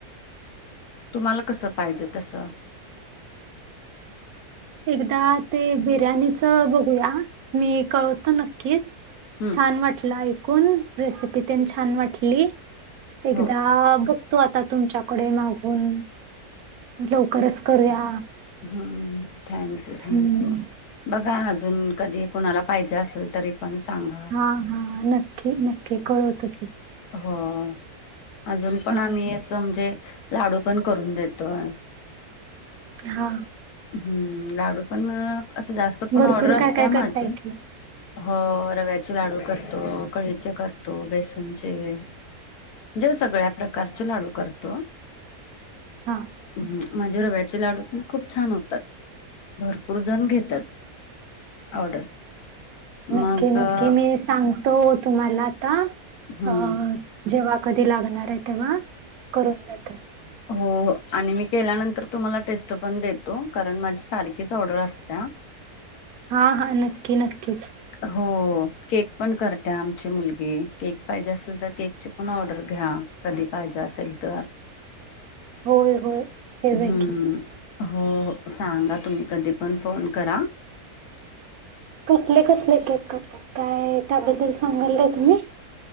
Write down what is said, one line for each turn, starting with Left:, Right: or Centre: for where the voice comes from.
Left: तुम्हाला कसं पाहिजे तस
Right: एकदा ते बिर्याणीच बघूया ह. मी कळवतो नक्कीच
Left: हम्म
Right: छान वाटलं ऐक कून रेसिपी तेन छान वाटली एकदा
Left: हो
Right: ब तो आता तुमच्याकडे मागून लवकरच करूया.
Left: ह् थँक यू थँक
Right: हम्म.
Left: यू बघा अजून कधी कुणाला पाहिजे असेल तरी पण सांगा
Right: हा, हा नक्की नक्की कळवतो की.
Left: हा. अजून पण
Right: हम्म.
Left: आम्ही असं म्हणजे लाडू पण करून देतोय.
Right: हा.
Left: ह् लाडू पण अस जास्त कोण
Right: भरपूर
Left: ऑर्डर असत्या
Right: काय काय करताय
Left: माझी <inaudible>
Right: की
Left: हो. रव्याचे लाडू करतो. कळीचे करतो. बेसनचे <inaudible> म्हनजे सगळ्या प्रकारचे लाडू करतो.
Right: हा.
Left: हम्म. माझे रव्याचे लाडू पण खूप छान होतात. भरपूर जण घेतात. <inaudible> ऑर्डर
Right: नक्की
Left: मग
Right: नक्की
Left: अ,
Right: मी सांगतो तुम्हाला ता
Left: हम्म
Right: अ जेव्हा कधी लागणार आहे तेव्हा करून देतात.
Left: हो आणि मी केल्यानंतर तुम्हाला टेस्ट पण देतो कारण माझी सारखीच ऑर्डर असत्या
Right: हा, हा नक्की नक्कीच.
Left: हो केक पण करत्या आमची मुलगी केक पाहिजे असेल तर केकची पण ऑर्डर घ्या कधी पाहिजे असेल तर.
Right: होय होय ठेवूया
Left: <inaudible> हम्म,
Right: की
Left: हो सांगा तुम्ही कधी पण फोन करा.
Right: कसले कसले केक करत्यात काय त्याबद्दल सांगाल का तुम्ही